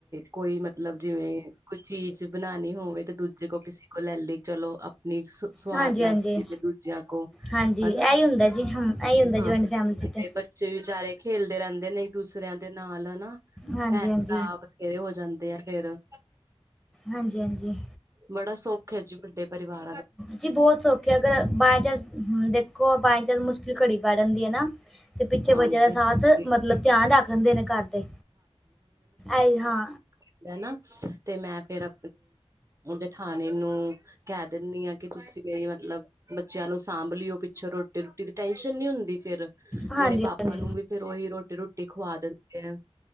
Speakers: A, on the right; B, in the centre.
A: ਕੋਈ ਮਤਲਬ ਜਿਵੇ ਕੋਈ ਚੀਜ ਬਣਾਣੀ ਹੋਵੇ ਤੇ ਦੂਜੇ ਕੋਲ ਕਿਸੇ ਕੋਲ ਲੈ ਲੀ ਚਲੋ ਆਪਣੀ ਸਵਾਦ
B: ਹਾਂਜੀ
A: ਨਾ
B: ਹਾਂਜੀ
A: ਲਗੀ ਤੇ ਦੂਜਿਆਂ ਕੋਲ
B: ਹਾਂਜੀ
A: ਹਨਾ
B: ਇਹੀ ਹੁੰਦਾ ਜੀ ਹਾਂ ਇਹੀ ਹੁੰਦਾ
A: ਹਾ
B: ਜੁਆਇੰਟ ਫੈਮਿਲੀ
A: ਬਡੇ
B: 'ਚ ਤੇ
A: ਬੰ ਬੱਚੇ ਵੀ ਵਿਚਾਰੇ ਖੇਲਦੇ ਰੇਂਦੇ ਨੇ ਇਕ ਦੂਸਰਿਆਂ ਦੇ ਨਾਲ ਹਨਾ।
B: ਹਾਂਜੀ-ਹਾਂਜੀ।
A: ਨਾ ਬਥੇਰੇ ਹੋ ਜਾਦੇ ਐ ਫੇਰ।
B: ਹਾਂਜੀ-ਹਾਂਜੀ।
A: ਬੜਾ ਸੁਖ ਐ ਜ ਵੱਡੇ ਪਰਿਵਾਰ
B: ਜੀ ਬੋਤ ਸੁਖ ਐ ਅਗਰ ਬਾਏ ਚਾਂਸ ਦੇ ਕੋਈ ਬਾਈ ਚਾਂਸ ਮੁਸ਼ਕਿਲ ਘੜੀ ਪੈ ਜਾਦੀ ਐ ਨਾ ਤੇ ਪਿੱਛੇ
A: ਹਾਂਜੀ
B: ਬੱਚਿਆਂ ਦਾ ਸਾਥ
A: ਹਾਂਜੀ
B: ਮਤਲਬ ਧਿਆਨ ਰੱਖ ਲੇਂਦੇ ਨੇ ਕਾਰਦੇ ਐਹੀ ਹਾ
A: ਕੀਤਾ ਨਾ ਤੇ ਮੈ ਫੇਰ ਜਠਾਣੀ ਨੂੰ ਕੇ ਦਿੰਨੀ ਆ ਕਿ ਤੁਸੀ ਵੀ ਮਤਲਬ ਬੱਚਿਆਂ ਨੂੰ ਸਾਂਭ ਲਿਔ ਪਿਛੋਂ ਰੋ ਟੀ ਰੂਟੀ ਦੀ ਟੈਸ਼ਨ ਨੀ ਹੁੰਦੀ ਫੇਰ
B: ਹਾਂਜੀ,
A: ਤੇਰੇ
B: ਹਾਂਜੀ,
A: ਪਾਪਾ ਨੂੰ
B: ਹਾਂਜੀ,
A: ਵੀ ਫੇਰ ਉਹੀ ਰੋਟੀਰੁਟੀ ਖਵਾ ਦਿੰਦਿਆ।